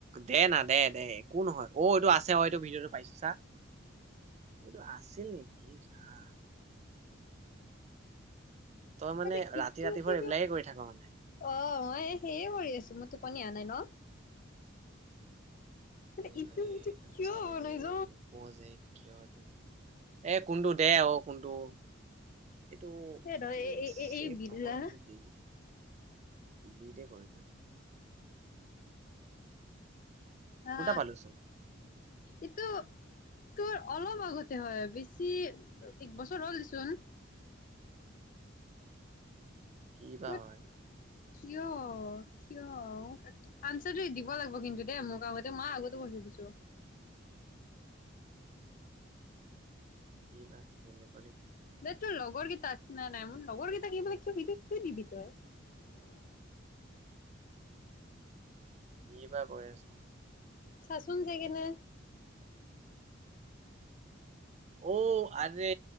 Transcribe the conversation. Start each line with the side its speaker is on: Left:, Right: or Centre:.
Right: দে না দে দে একো নহয় অ এইটো আছে অ এইটো ভিডিঅ'টো পাইছো চা। অইটো আছিল নেকি। ইচ ৰাম। তই মানে
Left: এইটো
Right: ৰাতি ৰাতিভৰ
Left: ইটো
Right: এইবিলাকে কৰি থাক মানে
Left: অ মই সেয়ে কৰি আছো মই টোপনিয়া নাই ন। কিন্তু
Right: আ হ
Left: ইটো ভিডিঅ' কিয়
Right: ছোৱালীবোৰ
Left: বনাইছ?
Right: নোপোৱা যায় কিয় যে নোপোৱা। এ কোনটো দে অঔ কোনটো। এইটো
Left: এই ৰ
Right: এইটো
Left: এই
Right: চফ
Left: এই এই বিল্লা
Right: নকৰোঁ। দিদে ক এইটো।
Left: অ
Right: পালোচোন
Left: ইটো। তোৰ অলপ আগতে হয় বেছি একবছৰ হ'ল দেচোন।
Right: কি বা
Left: বাট
Right: হয়।
Left: কিয় কিয় আনঞ্চ দিব লাগিব কিন্তু দেই মোক আগতে মই আগতে বচি দিছো।
Right: এই মাছ দি <unintelligible>
Left: দে তোৰ লগৰ কেইটাক না নাই মোৰ লগৰ কেইটাক কিবাগ <unintelligible> কিয় দিবি তই
Right: কি বা কৈ আছে
Left: চাচোন যায় কিনে
Right: অ আৰে